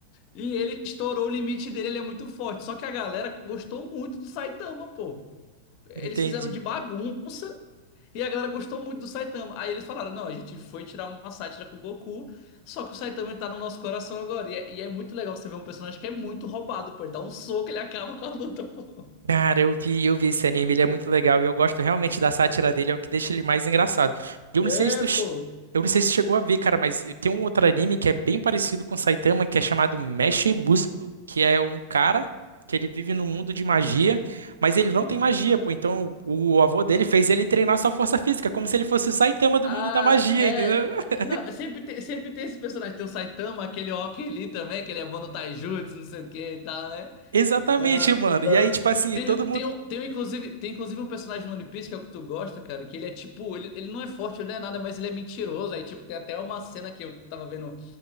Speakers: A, on the left; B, on the right.
A: E ele estourou o limite dele, ele é muito forte. Só que a galera gostou muito do Saitama, pô eles
B: Entendi.
A: fizeram de bagunça e a galera gostou muito do Saitama. Aí eles falaram: não, a gente foi tirar uma sátira com o Goku, só que o Saitama tá no nosso coração agora. E é, e é muito legal você ver um personagem que é muito roubado, pô. Ele dá um soco, ele acaba com a luta, pô.
B: Cara, eu vi, eu vi esse anime, ele é muito legal e eu gosto realmente da sátira dele, é o que deixa ele mais engraçado. Eu
A: É,
B: não sei se tu,
A: pô.
B: che- eu não sei se chegou a ver, cara, mas tem um outro anime que é bem parecido com Saitama, que é chamado Mecha e Músculo, que é um cara que ele vive num mundo de magia, mas ele não
A: Ah,
B: tem magia, pô. Então o, o avô dele fez ele treinar sua força física, como se ele fosse o Saitama do
A: Ah,
B: mundo da magia,
A: é.
B: entendeu? <laughs>
A: é, Não, é sempre tem, sempre tem esse personagem. Tem o Saitama, aquele Oki ali também, que ele é bom no Taijutsu, não sei o que e tal, né?
B: Exatamente,
A: Adoro.
B: mano. E aí, tipo assim,
A: Tem,
B: todo mundo.
A: tem, um- tem, um, inclusive, tem inclusive um personagem no One Piece, que é o que tu gosta, cara, que ele é tipo, ele, ele não é forte, ele não é nada, mas ele é mentiroso. Aí, tipo, tem até uma cena que eu tava vendo